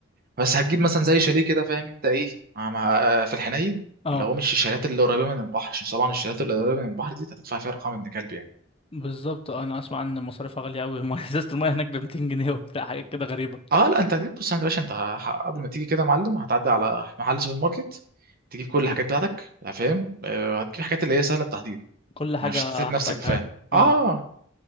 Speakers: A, on the right; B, on the left.
A: بس هتجيب مثلا زي شاليه كده فاهم انت ايه مع مع- آه، في الحنين
B: اه
A: اللي هو مش الشاليهات اللي قريبه من البحر عشان طبعا الشاليهات اللي قريبه من البحر دي هتدفع فيها ارقام ابن كلب يعني
B: بالظبط أنا أسمع إن مصاريفها غالية أوي المية- <laughs> إزازة المية هناك ب 200 جنيه وبتاع حاجات كده غريبة
A: اه لا انت هتجيب بص انت يا باشا انت ه- قبل ما تيجي كده يا معلم هتعدي على محل سوبر ماركت تجيب كل الحاجات بتاعتك لا فاهم آه، هتجيب حاجات اللي هي سهله التحضير
B: كل حاجة
A: مش هتسيب
B: هحتاجها
A: نفسك فاهم
B: يعني اه
A: اه